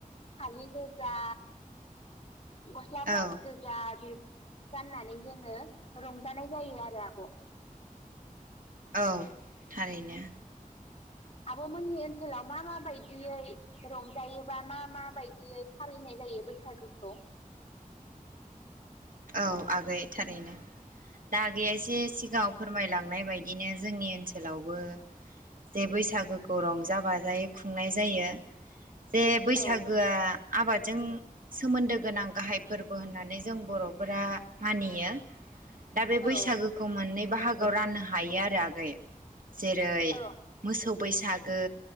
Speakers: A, on the left; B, on the right.
A: फालि गोजा गस्लााब्लाउस
B: औ
A: गोजा बे गाननानै जोङो रंजानाय जायो आरो आब'
B: औ थारैनो
A: आब'मोननि ओनसोलाव मा म बायदियै रंजायोबा मा मा बायदियै फालिनाय जायो बैसागुखौ?
B: औ आगै थारैनो दा आगैयासे सिगाङाव फोरमायलांनाय बायदिनो जोंनि ओनसोलावबो जे बैसागोखौ रंजा बाजायै खुंनाय जायो। जे बैसागोआ
A: औ
B: आबादजों सोमोन्दो गोनां गाहाय फोरबो होननानै जों बर' फोरा मानियो। दा बे बैसागोखौ
A: औ
B: मोननै बाहागोआव राननो हायो आरो आगै। जेरै
A: औ
B: मोसौ बैसागो